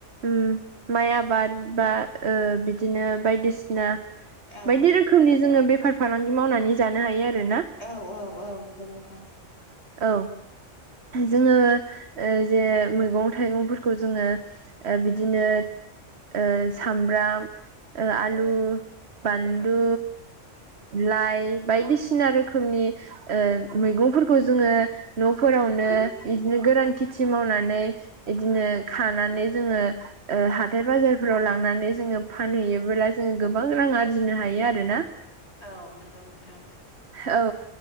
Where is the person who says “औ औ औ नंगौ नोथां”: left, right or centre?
Left